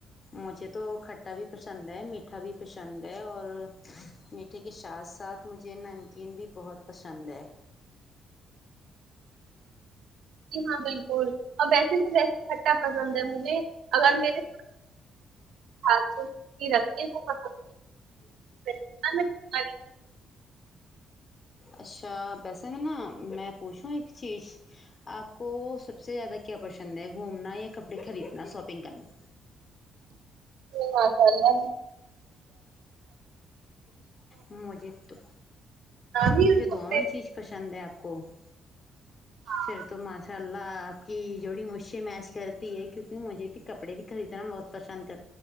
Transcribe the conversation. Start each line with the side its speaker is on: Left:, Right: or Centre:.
Left: مجھے تو کھٹا بھی پسند ہے میٹھا بھی پسند ہے اور میٹھے کے ساتھ ساتھ مجھے نمکین بھی بہت پشند ہے
Right: جی ہاں بالکل اب ویسے تو ویس کھٹا پسند ہے مجھے اگر میرے اتھ سو رکھتے ہوت صحح
Left: اچھا ویسے میں نا میں پوچھوں ایک چیز آپ کو سب سے زیادہ کیا پشند ہے گھومنا یا کپڑے خریدنا شاپنگ کرنا
Right: مشاء ال
Left: مجھے تو
Right: بھی
Left: اچھا
Right: اور
Left: دونوں
Right: کپڑے
Left: ہی چیز پسند ہے آپ کو ج
Right: ہاں
Left: پھر تو ماشاء اللہ آپ کی جوڑی مجھ سے میچ کرتی ہے کیونکہ مجھے بھی کپڑے بھی خریدنا بہت پشند کر